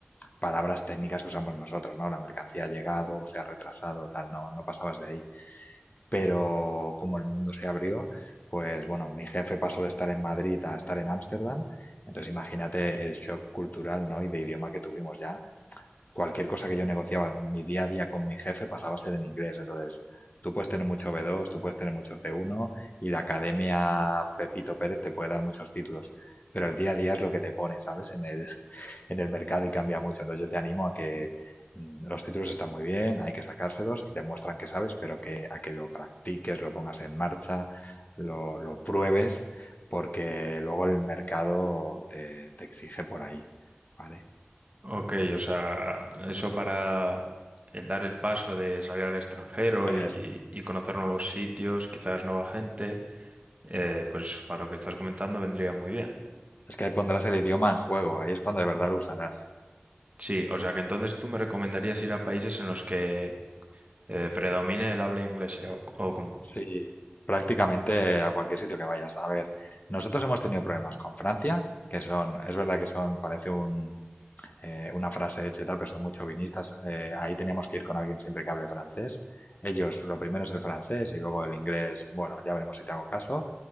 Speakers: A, on the left (about 45°); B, on the right (about 35°).
A: palabras técnicas que usamos nosotros, ¿no? La mercancía ha llegado, o se ha retrasado, tal, no, no pasabas de ahí. Pero como el mundo se abrió, pues bueno, mi jefe pasó de estar en Madrid a estar en Ámsterdam, entonces imagínate el shock cultural, ¿no? Y de idioma que tuvimos ya. Cualquier cosa que yo negociaba mi día a día con mi jefe pasaba a ser en inglés, entonces tú puedes tener mucho B2, tú puedes tener mucho C1 y la academia Pepito Pérez te puede dar muchos títulos, pero el día a día es lo que te pone, ¿sabes? En el, en el mercado y cambia mucho. Entonces yo te animo a que mm, los títulos están muy bien, hay que sacárselos y demuestran que sabes, pero que a que lo practiques, lo pongas en marcha, lo, lo pruebes, porque luego el mercado te, te exige por ahí, ¿vale?
B: Ok, o sea, eso para el dar el paso de salir al extranjero
A: Es,
B: y, y conocer nuevos sitios, quizás nueva gente, eh, pues para lo que estás comentando vendría muy bien.
A: es que ahí pondrás el idioma en juego, ahí es cuando de verdad lo usarás.
B: Sí, o sea que entonces tú me recomendarías ir a países en los que eh, predomine el habla inglesa o, o cómo.
A: Sí, prácticamente a cualquier sitio que vayas. A ver, nosotros hemos tenido problemas con Francia, que son, es verdad que son, parece un, eh, una frase hecha y tal, pero son muy chauvinistas. Eh, ahí teníamos que ir con alguien siempre que hable francés. Ellos, lo primero es el francés y luego el inglés, bueno, ya veremos si te hago caso.